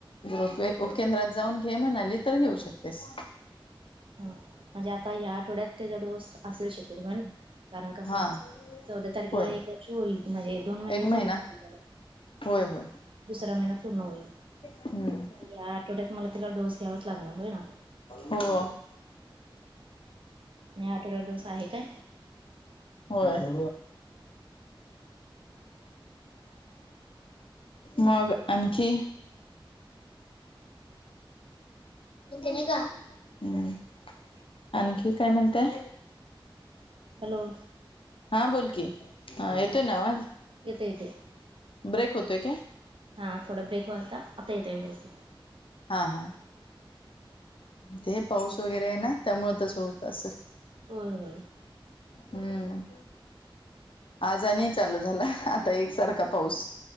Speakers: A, on the left; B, on the right.
A: जर उप उपकेंद्रात जाऊन घे म्हणाली तर घेऊ शकतेस.
B: हा म्हणजे आता ह्या आठवड्यात त्याचा डोस असेल शक्यतो करून, कारण कसं
A: हा
B: चौदा तारखेला
A: होय
B: एक वर्ष होईल म्हणजे दोन महिने
A: एक महिना
B: पूर्ण होतील त्याला.
A: होय होय
B: दुसरा महिना पूर्ण होईल.
A: हम्म
B: या आठवड्यात मला तिला डोस घ्यावाच लागणार होय ना?
A: हो.
B: या आठवड्यात डोस आहे काय?
A: होय. मग आणखी? ते नाही का, हम्म आणखी काय म्हणताय?
B: हॅलो!
A: हां बोल की हां येतोय ना आवाज?
B: येतोय येतोय.
A: ब्रेक होतोय काय?
B: हां थोडा ब्रेक होता आता येतंय व्यवस्थित.
A: हा हा ते पाऊस वगैरे आहे ना त्यामुळे तस होत असेल.
B: बर बर.
A: हम्म. आज आणि चालू झाला आता एकसारखा पाऊस.